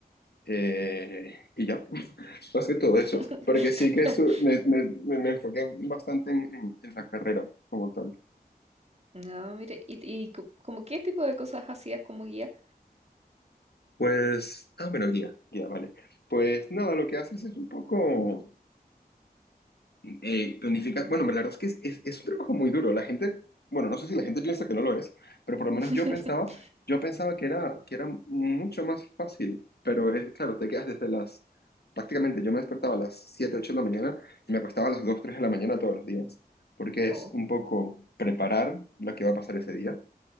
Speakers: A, on the left; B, on the right.
A: eh, y ya, <laughs> más que todo
B: <laughs>
A: eso, porque sí que estu- me, me- me- me enfoqué bastante en, en en la carrera como tal.
B: No, mire, ¿y, y co- como qué tipo de cosas hacías como guía?
A: Pues, ah, bueno, guía, guía, vale. Pues nada, lo que haces es un poco... eh, planifica, bueno, la verdad es que es, es- es un trabajo muy duro. La gente, bueno, no sé si la gente piensa que no lo es, pero por lo menos
B: <laughs>
A: yo pensaba, yo pensaba que era, que era mucho más fácil, pero es, claro, te quedas desde las, prácticamente yo me despertaba a las 7 8 de la mañana y me acostaba a las 2 3 de la mañana todos los días, porque es
B: Oh,
A: un poco preparar lo que va a pasar ese día,